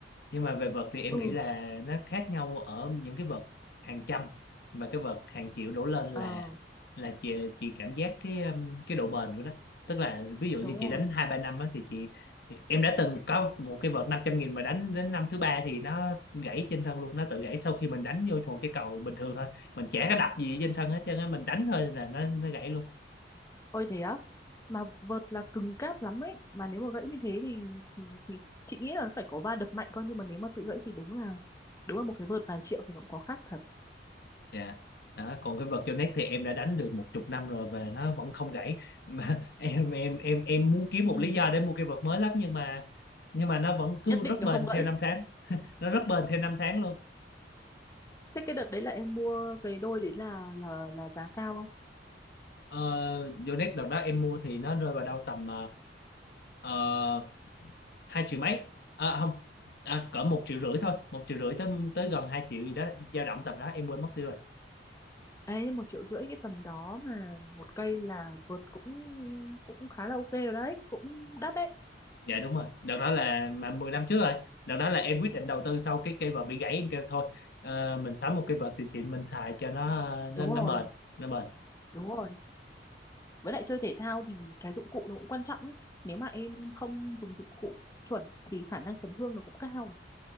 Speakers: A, on the left; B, on the left.
A: nhưng mà về vợt thì em
B: ừ,
A: nghĩ là nó khác nhau ở những cái vợt hàng trăm và cái vợt hàng triệu đổ lên là
B: ờ,
A: là chị chị cảm giác cái um, cái độ bền của nó tức là ví dụ như
B: đúng
A: chị
B: rồi.
A: đánh hai ba năm á thì chị em đã từng có một cái vợt năm trăm nghìn mà đánh đến năm thứ ba thì nó gãy trên sân luôn nó tự gãy sau khi mình đánh vô một cái cầu bình thường thôi mình chả có đập gì trên sân hết trơn á mình đánh thôi là nó nó gãy luôn
B: Ôi thế á. Mà vợt là cứng cáp lắm ấy, mà nếu mà gãy như thế thì thì, thì chị nghĩ là phải có va đập mạnh coi nhưng mà nếu mà tự gãy thì đúng là đúng là một cái vợt vài triệu thì nó cũng có khác thật.
A: Dạ. Đó, còn cái vật Yonex thì em đã đánh được một chục năm rồi và nó vẫn không gãy mà <laughs> em em em em muốn kiếm một
B: Ừ.
A: lý do để mua cây vật mới lắm nhưng mà nhưng mà nó vẫn cứ
B: Nhất định
A: rất
B: nó
A: bền
B: không gãy.
A: theo năm tháng nó rất bền theo năm tháng luôn
B: Thế cái đợt đấy là em mua cái đôi đấy là là là giá cao không?
A: ờ, Yonex đợt đó em mua thì nó rơi vào đâu tầm uh, hai triệu mấy à, không à, cỡ một triệu rưỡi thôi một triệu rưỡi tới tới gần hai triệu gì đó dao động tầm đó em quên mất tiêu rồi.
B: Ấy một triệu rưỡi cái tầm đó mà một cây là vượt cũng cũng khá là ok rồi đấy cũng đắt đấy
A: dạ đúng rồi đợt đó là mà 10 năm trước rồi đợt đó là em quyết định đầu tư sau cái cây vợt bị gãy em kêu thôi ờ, mình sắm một cây vợt xịn xịn mình xài cho nó nó
B: đúng
A: nó
B: rồi
A: bền nó bền
B: đúng rồi với lại chơi thể thao thì cái dụng cụ nó cũng quan trọng ấy nếu mà em không dùng dụng cụ chuẩn thì khả năng chấn thương nó cũng cao